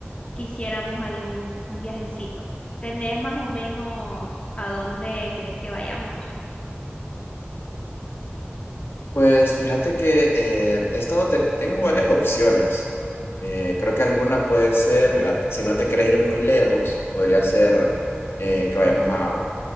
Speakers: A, on the left; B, on the left.
A: quisiéramos ahí un, un viajecito. ¿Tenés más o menos a dónde querés que vayamos?
B: Pues fíjate que eh, he estado, te- tengo varias opciones. Eh, creo que alguna puede ser, mira, si no te querés ir muy lejos, podría ser eh, que vayamos a